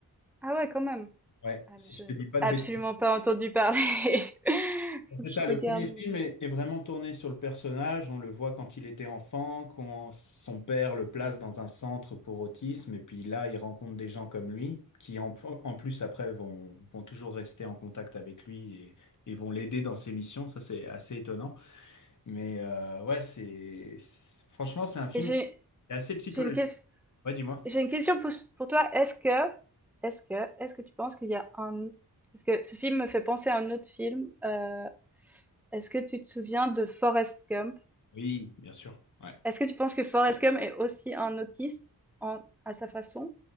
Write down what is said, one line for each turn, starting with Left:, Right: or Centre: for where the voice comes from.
Centre: ah ouais, quand même!
Left: Ouais,
Centre: Ah
Left: si
Centre: mais je
Left: je
Centre: n'ai
Left: te dis pas de
Centre: absolument
Left: bêtises.
Centre: pas entendu parler. <laughs> Faut que
Left: C'est
Centre: je
Left: ça, le
Centre: regarde,
Left: premier film
Centre: mais
Left: est, est vraiment tourné sur le personnage. On le voit quand il était enfant, quand son père le place dans un centre pour autisme, et puis là, il rencontre des gens comme lui, qui en, en plus, après, vont, vont toujours rester en contact avec lui et, et vont l'aider dans ses missions. Ça, c'est assez étonnant. Mais euh, ouais, c'est... c'est- Franchement, c'est un film
Centre: et j'ai
Left: C'est assez psychologique.
Centre: j'ai une ques
Left: Ouais, dis-moi.
Centre: j'ai une question pour pour toi. Est-ce que est-ce que est-ce que tu penses qu'il y a un parce que ce film me fait penser à un autre film, heu, est-ce que tu te souviens de Forrest Gump?
Left: Oui, bien sûr. Ouais.
Centre: Est-ce que tu penses que Forrest Gump est aussi un autiste en à sa façon?